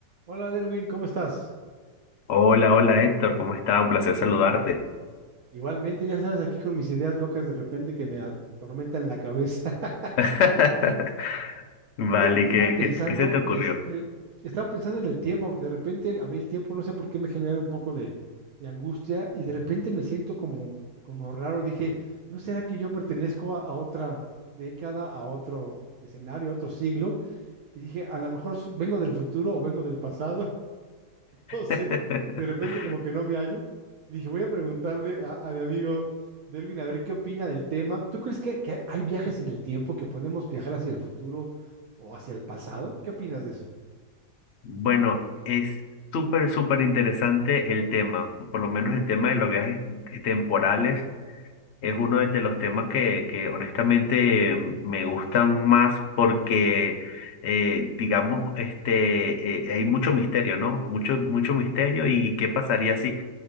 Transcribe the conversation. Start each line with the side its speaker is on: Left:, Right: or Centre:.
Right: Hola Derwin, ¿cómo estás?
Left: Hola, hola Héctor, ¿cómo estás? Un placer saludarte.
Right: Igualmente, ya sabes, aquí con mis ideas locas de repente que me at- atormentan la cabeza. <laughs>
Left: <laughs> Vale,
Right: Fíjate que estaba
Left: ¿qué,
Right: pensando,
Left: qué, qué se te ocurrió?
Right: este, estaba pensando en el tiempo, porque de repente a mí el tiempo no sé por qué me genera un poco de, de angustia y de repente me siento como, como raro. Dije, ¿no será que yo pertenezco a, a otra década, a otro escenario, a otro siglo? Y dije, a lo mejor s- vengo del futuro o vengo del pasado <laughs> no sé,
Left: <laughs>
Right: porque de repente como que no me hallo. Dije, voy a preguntarle a, a mi amigo Derwin a ver qué opina del tema. ¿Tú crees que, que hay viajes en el tiempo, que podemos viajar hacia el futuro o hacia el pasado? ¿Qué opinas de eso?
Left: Bueno, es súper, súper interesante el tema, por lo menos el tema de los viajes temporales es uno de de los temas que, que honestamente me gustan más porque, eh, digamos, este, eh, hay mucho misterio, ¿no? Mucho, mucho misterio y qué pasaría si...